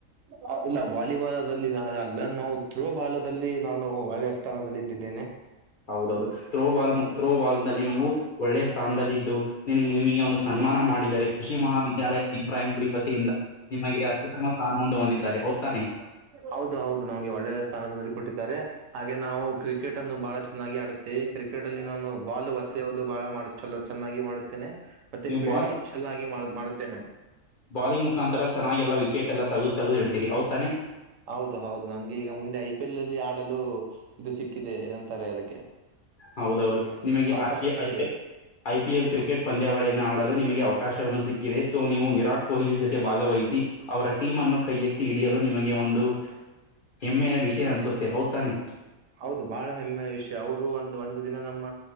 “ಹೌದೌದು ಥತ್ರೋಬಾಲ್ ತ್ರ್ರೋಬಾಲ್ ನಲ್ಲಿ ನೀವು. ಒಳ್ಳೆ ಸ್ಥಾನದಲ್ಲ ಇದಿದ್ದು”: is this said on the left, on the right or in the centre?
Left